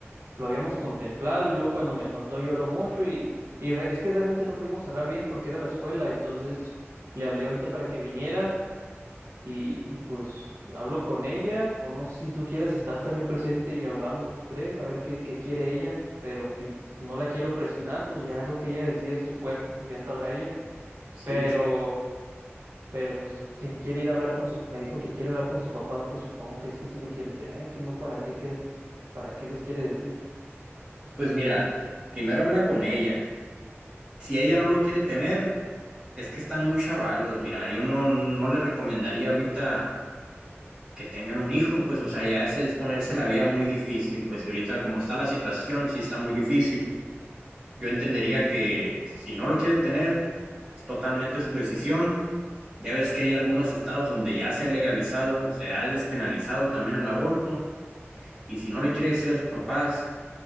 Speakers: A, on the right (about 65°); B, on the right (about 20°).
A: lo habíamos contemplado y luego cuando me contó lloró mucho y, y re- es que realmente no pudimos hablar bien porque era la escuela, entonces le hablé ahorita para que viniera y, y, pues hablo con ella, o no sé si tú quieras estar también presente y hablamos los tres, a ver qué, qué quiere ella, pero si no la quiero presionar, pues ya es lo que ella decide, es su cuerpo, pues ya sabrá ella,
B: Sí,
A: pero, pero pues si quiere ir a hablar con sus, me dijo que quiere hablar con sus papás, pues supongo que es que sí lo quiere tener, si no, ¿para qué, qué, para qué les quiere decir?
B: pues mira, primero habla con ella. Si ella no lo quiere tener, es que están muy chavalos. Mira, yo no, no le recomendaría ahorita que tengan un hijo, pues, o sea, ya ese es ponerse la vida muy difícil, pues, y ahorita como está la situación, sí está muy difícil. Yo entendería que si no lo quiere tener, es totalmente su decisión. Ya ves que hay algunos estados donde ya se ha legalizado o sea ha despenalizado también el aborto, y si no le quiere decir a sus papás